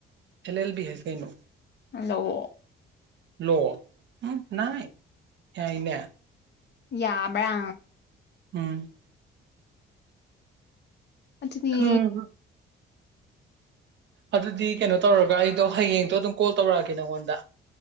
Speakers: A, on the right; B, on the left.
A: L L B ꯍꯥꯏꯁꯦ ꯀꯩꯅꯣ?
B: ꯂꯣ
A: ꯂꯣ ꯎꯝ ꯅꯥꯏ ꯌꯥꯏꯅꯦ꯫
B: ꯌꯥꯕ꯭ꯔꯥ?
A: ꯎꯝ
B: ꯑꯗꯨꯅꯤ
A: ꯍꯝ ꯑꯗꯨꯗꯤ ꯀꯩꯅꯣ ꯇꯧꯔꯒ ꯑꯩꯗꯣ ꯍꯌꯦꯡꯗꯣ ꯑꯗꯨꯝ ꯀꯣꯜ ꯇꯧꯔꯛꯑꯒꯦ ꯅꯉꯣꯟꯗ꯫